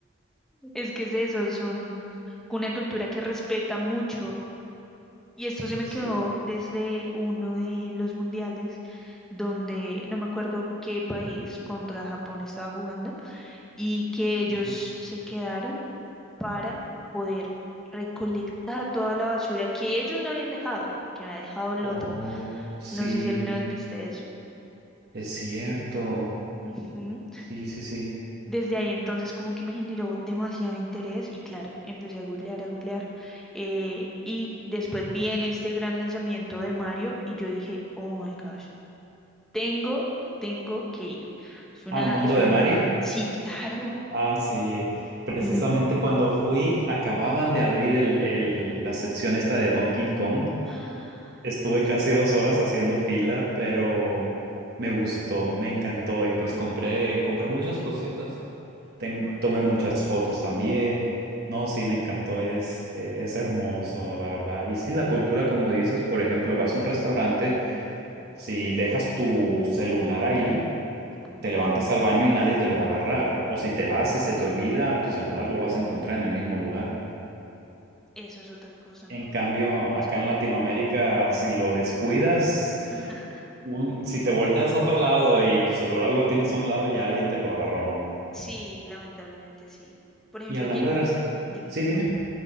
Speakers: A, in the centre; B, on the right (about 50°).
A: Es que es eso, son una cultura que respeta mucho. Y esto se me
B: Sí.
A: quedó desde uno de los mundiales, donde no me acuerdo qué país contra Japón estaba jugando, y que ellos
B: Ujú.
A: se quedaron. para poder recolectar toda la basura que ellos no habían dejado, que había dejado el
B: Oh,
A: otro.
B: sí,
A: No sé si alguna vez viste eso.
B: es cierto.
A: <laughs> Ujú.
B: Sí, sí, sí.
A: Desde ahí entonces como que me generó demasiado interés y claro, empecé a googlear, a googlear. eh, y después vi en este gran lanzamiento de Mario y yo dije, oh my gosh, tengo, tengo que ir. Es una,
B: ¿Al mundo
A: es
B: de
A: una
B: Mario?
A: meta. Sí, claro.
B: Ah, sí. Precisamente
A: No.
B: cuando
A: <gasps>
B: fui, acababan de abrir el- el- la sección esta de Donkey Kong.
A: Ah,
B: Estuve
A: ok.
B: casi dos horas haciendo fila, pero me gustó, me encantó y pues compré, compré muchas cositas. Ten-
A: Wow.
B: tomé muchas fotos también. No,
A: Ok.
B: sí, me encantó, es, e- es hermoso, la verdad. Y sí, la cultura, como dices, por ejemplo, vas a un restaurante,
A: Ujú,
B: si dejas tu celular ahí,
A: ujú.
B: te levantas al baño y nadie te lo va a agarrar. O si te vas y se te olvida, tu celular lo vas a encontrar en el mismo lugar.
A: Eso es otra cosa, ¿no?
B: En cambio, acá
A: Seguridad.
B: en Latinoamérica, si lo descuidas,
A: <laughs>
B: un- si te volteas a otro lado y tu celular lo tienes a un lado, ya alguien te lo agarró, ¿no?
A: Sí, lamentablemente sí. Por ejemplo,
B: Y hablando
A: quien,
B: de... raz-
A: dime,
B: Sí, dime.